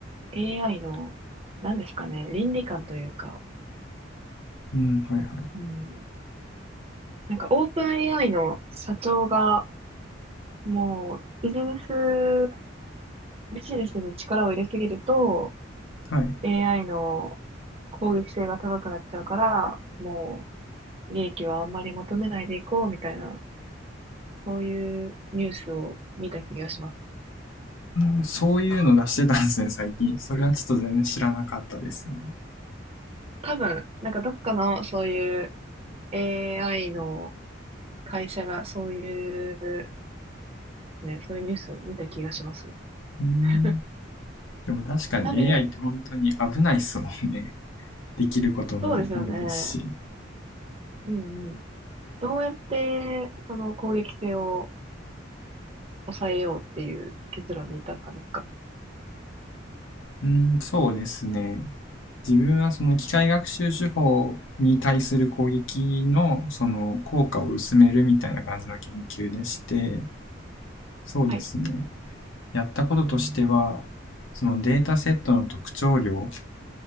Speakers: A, on the right; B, on the left.
A: AI の何ですかね、倫理観というか、
B: うん、はいはい。
A: うん。なんかオープン AI の社長がもうビジネス、ビジネスに力を入れすぎると
B: はい。
A: AI の攻撃性が高くなっちゃうから、もう利益はあんまり求めないでいこうみたいな、そういうニュースを見た気がします。
B: うん、そういうの出してたんですね、最近。それはちょっと全然知らなかったですね。
A: 多分、なんかどっかのそういう AI の会社がそういう、ね、そういうニュースを見た気がします。<laughs>
B: うーん。
A: ち
B: でも確かに
A: なみに、
B: AI って本当に危ないっすもんね。<laughs> できることも多いですし。
A: そうですよね。うんどうやって、その攻撃性を抑えようっていう結論に至ったのか。
B: うーん、そうですね。自分はその機械学習手法に対する攻撃のその効果を薄めるみたいな感じの研究でして、そうですね。
A: はい。
B: やったこととしては、そのデータセットの特徴量